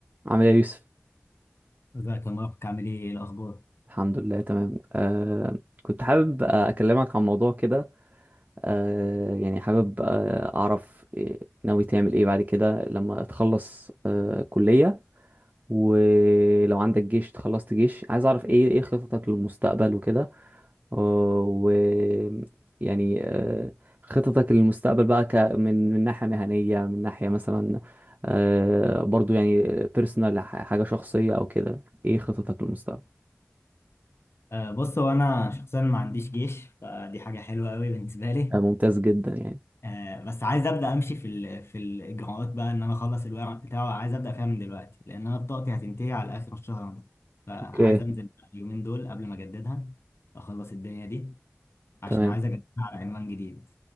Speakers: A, on the right; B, on the left.
A: عامل ايه يا يوسف
B: ازيك يا مارك عامل ايه ايه الاخبار
A: الحمد لله تمام آه كنت حابب آه، اكلمك عن موضوع كده آه يعني حابب آه اعرف إيه- ناوي تعمل ايه بعد كده لما تخلص آه كلية ولو عندك جيش تخلصت جيش عايز اعرف ايه ايه خططك للمستقبل وكده آه، و يعني آه خططك للمستقبل بقى ك من من ناحية مهنية من ناحية مثلا آه برضو يعني بيرسونال حاجة شخصية او كده ايه خططك للمستقبل
B: أه بص هو انا شخصيا ما عنديش جيش فدي حاجه حلوه قوي بالنسبه لي
A: آه، ممتاز جدا يعني
B: أه بس عايز ابدا امشي في ال- في الاجراءات بقى ان انا اخلص الورق بتاعه عايز ابدا فيها من دلوقتي لان انا بطاقتي هتنتهي على اخر الشهر ده فعايز
A: اوكي
B: انزل بقى اليومين دول قبل ما اجددها اخلص الدنيا دي عشان
A: تمام
B: عايز اجددها على عنوان جديد